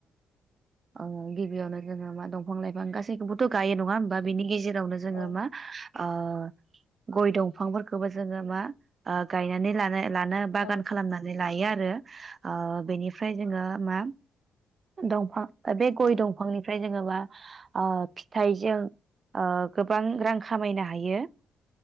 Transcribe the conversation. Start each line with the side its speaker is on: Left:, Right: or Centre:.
Right: ओ गिबियावनो जोङो मा दंफां लाइफां गासैखौबोथ गायो नङा होमबा बेनि गेजेराव रावनो जोङो
Left: औ
Right: मा ओ गइ दंफांफोरखौबो जोङो मा ओ गायनानै लानाय लानो
Left: औ
Right: बागान नैलायो आरो ओ बेनि ओमफ्राय जोङो मा दंफां बे गइ
Left: औ
Right: दंफांनिफ्राय जोङोमा ओ फिथाइजों ओ गोबां रां खामायनो हायो